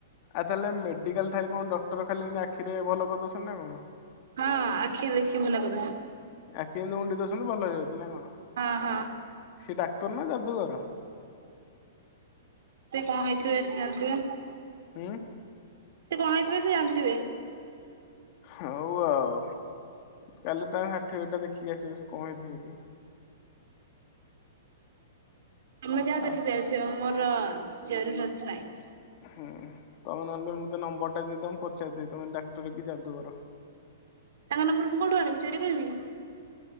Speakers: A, on the left; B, on the right.
A: ଆଉ ତାହେଲେ ମେଡିକାଲ ଥଲେ କଣ ଡକ୍ଟର ଖାଲି ଏମିତି ଆଖିରେ ଭଲ କରିଦଉଛନ୍ତି ନା କଣ।
B: ହଁ ଆଖିରେ ଦେଖିକି ଭଲ କରିଦଉଛନ୍ତି।
A: ଆଖି ଏମିତିଉଣ୍ଡି ଦସନ୍ତୁ ଭଲ ହେଇଯାଉଛି ନା କଣ?
B: ହଁ ହଁ।
A: ସେ ଡାକ୍ତର ନା ଯାଦୁଗର।
B: ସେ କଣ ହେଇଥିବେ ବ ସେ ଜାଣିଥିବେ।
A: ହଁ।
B: ସେ କଣ ହେଇଥିବେ ସେ ଜାଣିଥିବେ।
A: ହଉ ଆଉ କାଲି ତା ଷାଠିଏ ବଜ ଟା ଦେଖିକି ଆସିବ ସେ କଣ ହେଇଥିବ ଟ।
B: ତମେ ଯାହା
A: ଆଉ
B: ଦେଖିଥା ଆସିବ ମୋର ଜରୁରତ ନାହିଁ।
A: ହୁଁ ତମେ ନହେଲେ ମତେ ନମ୍ବର ଟା ଦେଇଦମ ପଚାରିଦ ତମେ ଡାକ୍ତର କି ଯାଦୁବର। <inaudible>
B: ତାଙ୍କ ନମ୍ବର ମୁଁ କଉଠୁ ଆଣିବି କଣ ଚୋରି କରିବି?